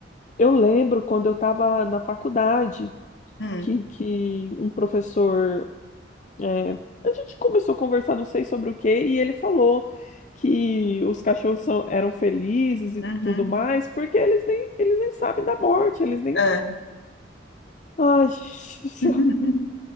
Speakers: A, on the left; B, on the left.
A: Eu lembro quando eu estava na faculdade
B: Hum,
A: que, que um professor. é, a gente começou a conversar, não sei sobre o quê, e ele falou que os cachorros são- eram felizes e
B: uhum,
A: tudo mais, porque eles nem, eles nem sabem da morte, eles nem.
B: é.
A: Ai, <laughs> gente do céu.
B: <laughs>